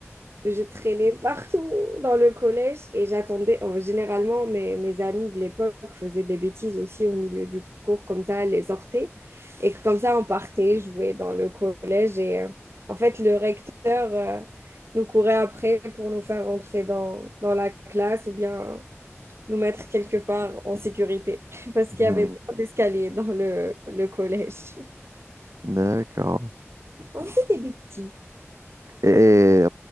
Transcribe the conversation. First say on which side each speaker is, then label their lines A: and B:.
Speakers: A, on the right (about 60°); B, on the right (about 80°).
A: Je traînais partout dans le collège et j'attendais. oh, généralement, mes, mes amis de l'époque faisaient des bêtises aussi au milieu du cours, comme ça, elles les hortaient. Et comme ça, on partait jouer dans le collège. Et euh, en fait, le recteur euh, nous courait après pour nous faire rentrer dans, dans la classe ou bien nous mettre quelque part en sécurité <laughs> parce
B: Mhm,
A: qu'il y avait pas d'escalier dans le, le collège.
B: d'accord.
A: On faisait des bêtises.
B: Et,